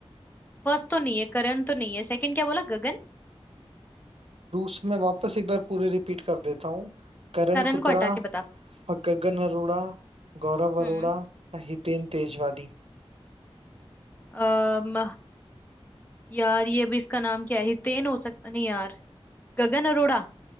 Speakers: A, on the left (about 15°); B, on the right (about 70°).
A: फर्स्ट तो नहीं है करण तो नहीं है सेकंड क्या बोला गगन
B: दूस मैं वापस एक बार पूरे रिपीट कर देता हूँ करण
A: करण
B: कुंद्रा
A: को हटा के बता
B: गगन अरोड़ा गौरव
A: हम्म
B: अरोड़ा या हितेन तेजवानी
A: अम यार ये भी इसका नाम क्या है हितेन हो सकता नहीं यार गगन अरोड़ा